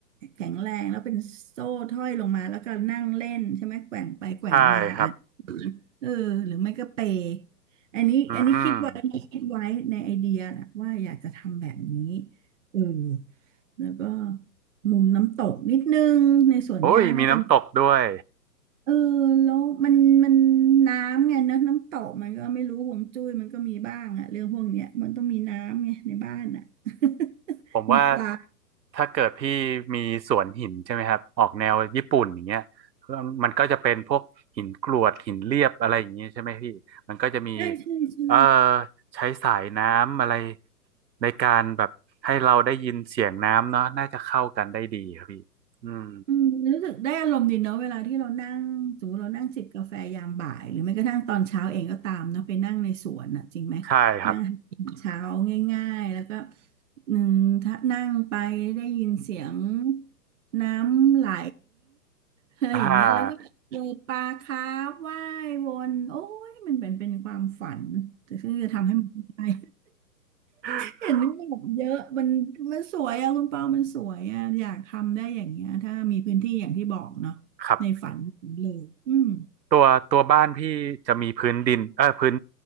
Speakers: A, on the right (about 50°); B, on the right (about 85°).
A: แข็งแรงแล้วเป็นโซ่ห้อยลงมาแล้วก็นั่งเล่นใช่ไหมแกว่งไปแกว่งมาอ่ะ
B: ใช่ครับ
A: เออหรือไม่ก็เปย์อันนี้อันนี้คิดไว้คิดไว้ในไอเดียนะว่าอยากจะทำแบบนี้
B: อืม
A: เออแล้วก็มุมน้ำตกนิดนึงในสวนหญ้าน่าจะ
B: โอ้ยมีน้ำตกด้วย
A: เออแล้วมันมันน้ำไงนะน้ำตกมันก็ไม่รู้ห่วงจุ้ยมันก็มีบ้างอะเรื่องพวกเนี้ยมันต้องมีน้ำไงในบ้านอะ <laughs>
B: ผมว่า
A: มีปลา
B: ถ้าเกิดพี่มีสวนหินใช่ไหมครับออกแนวญี่ปุ่นอย่างเงี้ยมันก็จะเป็นพวกหินกรวดหินเรียบอะไรอย่างงี้ใช่ไหมพี่มันก็จะมี
A: ใช่ใช่ใช่
B: เออใช้สายน้ำอะไรในการแบบให้เราได้ยินเสียงน้ำเนาะน่าจะเข้ากันได้ดีครับพี่อืม
A: อืมรู้สึกได้อารมณ์ดีเนาะเวลาที่เรานั่งสมมติเรานั่งจิบกาแฟยามบ่ายหรือไม่กระทั่งตอนเช้าเองก็ตามเนาะไปนั่งในสวนอ่ะจริงไหม
B: ใช่ครับ
A: นั่งหากินเช้าง่ายๆแล้วก็หนึ่งถ้านั่งไปได้ยินเสียงน้ำไหลอะไรอย่างเงี้ยแล้วก็เจอปลาคาร์ฟว่ายวนโอ้ยมันเป็นเป็นความฝันแต่ซึ่งจะทำให้มันได้
B: อ่า <laughs>
A: เห็นนี่แบบเยอะมันมันสวยอะคุณเปามันสวยอะอยากทำได้อย่างเงี้ยถ้ามีพื้นที่อย่างที่บอกเนาะในฝันเลยอืม
B: ครับตัวตัวบ้านพี่จะมีพื้นดินเออพื้น